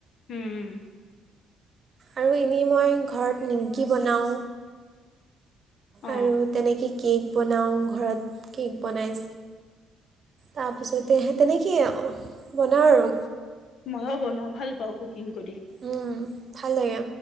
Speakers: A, on the left (about 60°); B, on the right (about 50°).
A: হুম।
B: এনেই মই ঘৰত নিমকি বনাওঁ
A: অ'।
B: আৰু তেনেকৈ কেক বনাওঁ ঘৰত কেক বনাই তাৰপিছতে হে তেনেকে বনাও আৰু
A: মইও বনাও ভাল পাওঁ কোকিং কৰি।
B: উম ভাল লাগে